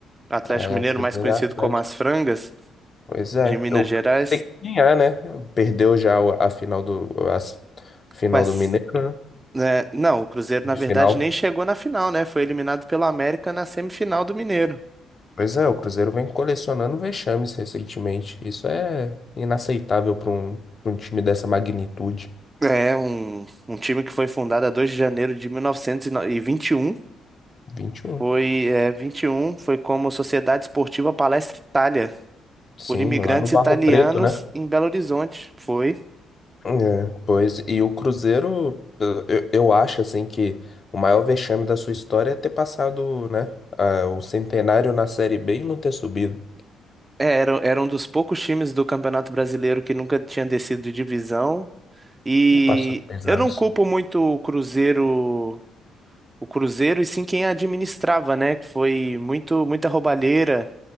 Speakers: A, on the right; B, on the left.
A: Atlético
B: É,
A: Mineiro,
B: Cruzeiro
A: mais conhecido
B: e Atlético.
A: como as Frangas.
B: Pois é,
A: de Minas
B: eu
A: Gerais.
B: tem que ganhar, né? Perdeu já o- a final do a s- final
A: Mas,
B: do Mineiro, né?
A: né, não, o Cruzeiro, na verdade,
B: Final.
A: nem chegou na final, né? Foi eliminado pelo América na semifinal do Mineiro.
B: Pois é, o Cruzeiro vem colecionando vexames recentemente. Isso é inaceitável para um, pra um time dessa magnitude.
A: É, um, um time que foi fundado a 2 de janeiro de mil novecentos e e vinte e um,
B: 21.
A: Foi, é, 21, foi como Sociedade Esportiva Palestra Itália,
B: Sim,
A: por imigrantes
B: lá no Barro
A: italianos
B: Preto, né?
A: em Belo Horizonte. Foi.
B: É, pois, e o Cruzeiro, eu, eu eu acho assim que o maior vexame da sua história é ter passado, né, ah, o centenário na Série B e não ter subido.
A: É, era, era um dos poucos times do Campeonato Brasileiro que nunca tinha descido de divisão. E
B: E passou três
A: eu
B: anos.
A: não culpo muito o Cruzeiro o Cruzeiro e sim quem a administrava, né? Que foi muito, muita roubalheira